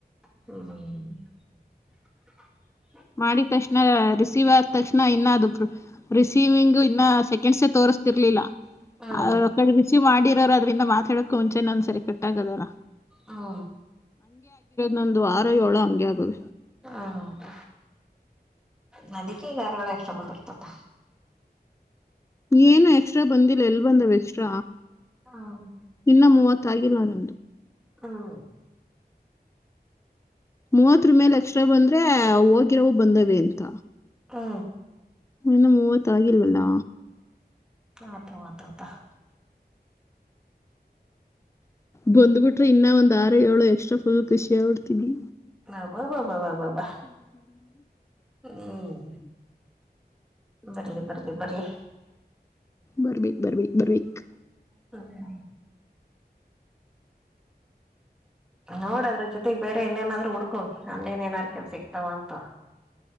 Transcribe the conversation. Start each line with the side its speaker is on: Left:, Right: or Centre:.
Centre: ಹ್ಮ
Left: ಮಾಡಿದ ತಕ್ಷಣ ರಿಸೀವ್ ಆದ ತಕ್ಷಣ ಇನ್ನ ಅದು ರಿಸೀವಿಂಗ್ ಇನ್ನ ಸೆಕೆಂಡ್ಸ ತೋರ್ ತಿರ್ಲಿಲ್ಲ
Centre: ಹ್ಮ್
Left: ಅವ್ರ ಕಡೆ ರಿಸೀವ್ ಮಾಡಿರೋರು ಅದ್ರಿಂದ ಮಾತಾಡಕ್ ಮುಂಚೆನೆ ಒಂದ್ಸರಿ ಕಟ್ಟಾಗದಲ್ಲ
Centre: ಹ್ಮ
Left: ನೊಂದು ವಾರ ಏಳ ಹಂಗೆ ಆಗುವ
Centre: ಹೌದು ನದಿಕ ಗಾರಗಳು ಎಷ್ಟ ಬಂದಿರ್ತತ್ತ
Left: ಏನು ಎಕ್ಸ್ಟ್ರಳಬಂದಿಲ್ಲ ಎಲ್ ಬಂದಾವ ಎಕ್ಸ್ಟ್
Centre: ಹ್ಮ್
Left: ಇನ್ನ ಮೂವತ್ತಾಗಿಲ್ಲಾರು
Centre: ಹಾದು
Left: ಮೂವತ್ರ ಮೇಲೆ ಅಕ್ಷರ ಬಂದ್ರೆ ಹೋಗಿರವು ಬಂದವ ಅಂತ
Centre: ಹಾ
Left: ಇನ್ನ ಮೂವತ್ತು ಆಗಿಲ್ವಲ್ಲಾ
Centre: ಆತ ಆತತ
Left: ಬಂದ್ಬಿಟ್ರೆ ಇನ್ನ ಒಂದ್ ಆರು ಏಳು ಎಕ್ಸ್ಟ್ರಫುಲ್ ಖೃಷಿ ಆಡ್ತೀನವಿ
Centre: ನಾ ಹ್ಮ್ ಬರ್ಲಿ ಬರ್ಲಿ ಬರಲಿ
Left: ಬರ್ಬಕ್ ಬರ್ಬಕ್ ಬರ್ಬಕ್
Centre: ಹ್ಮ ನೋಡದ್ರ ಜೊತೆಗ್ ಬೇರೆ ಇನ್ನೇನಾದ್ರು ಹಡ್ಕೋದು ಅನನಾರ ಕೆಲ್ ಸಿಕ್ತಾವ ಅಂತ